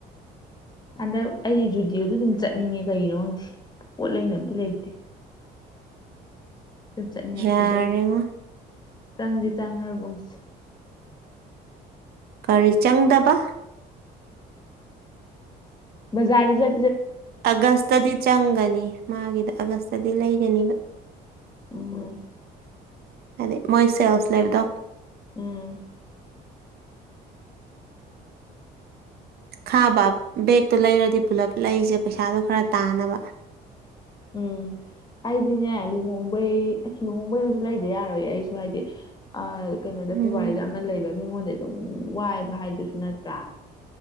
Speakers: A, on the left (about 25°); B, on the right (about 65°).
A: ꯍꯟꯗꯛ ꯑꯩꯗꯤ ꯖꯨꯗꯤꯑꯣꯗ ꯑꯗꯨꯝ ꯆꯠꯅꯤꯡꯉꯦ ꯀꯩꯒꯤꯅꯣ ꯈꯪꯗꯦ ꯄꯣꯠ ꯂꯩꯅ ꯑꯝꯇ ꯂꯩꯇꯦ ꯑꯗꯨꯝ ꯆꯠꯅꯤꯡꯉꯛꯄꯤꯗꯣ
B: ꯌꯥꯔꯉ
A: ꯑꯩꯒꯤ ꯆꯪꯗꯤ ꯆꯪꯉꯔꯕꯨꯡꯁꯦ
B: ꯀꯔꯤ ꯆꯪꯗꯕ
A: ꯖꯔꯤꯦ ꯆ
B: ꯑꯥꯒꯁꯇꯗꯤ ꯆꯪꯒꯅꯤ ꯃꯥꯒꯤꯗ ꯑꯥꯒꯁꯇꯗꯤ ꯂꯩꯒꯅꯤꯕ
A: ꯎꯝ
B: ꯍꯥꯏꯗꯤ ꯃꯣꯏ ꯁꯦꯜꯁ ꯂꯩꯕꯗꯣ
A: ꯎꯝ
B: ꯈꯥꯕ ꯕꯦꯛꯇꯣ ꯂꯩꯔꯗꯤ ꯄꯨꯂꯞ ꯂꯩꯁꯦ ꯄꯩꯁꯥꯗꯣ ꯈꯔ ꯇꯥꯅꯕ
A: ꯎꯝ ꯑꯩꯗꯤꯅꯦ ꯂꯨꯍꯣꯡꯕꯩ ꯂꯨꯍꯣꯡꯕꯩꯗꯨꯁꯨ ꯂꯩꯗꯤ ꯌꯥꯔꯣꯏ ꯑꯩꯁꯨ ꯍꯥꯏꯗꯤ ꯑ ꯀꯩꯅꯣꯗ
B: ꯎꯝ
A: ꯐꯦꯕꯋꯥꯔꯤꯗ ꯑꯃ ꯂꯩꯕ ꯃꯤꯉꯣꯟꯗ ꯑꯗꯨꯝ ꯋꯥꯏꯕ ꯍꯥꯏꯗꯨꯁꯨ ꯅꯠꯇ꯭ꯔꯥ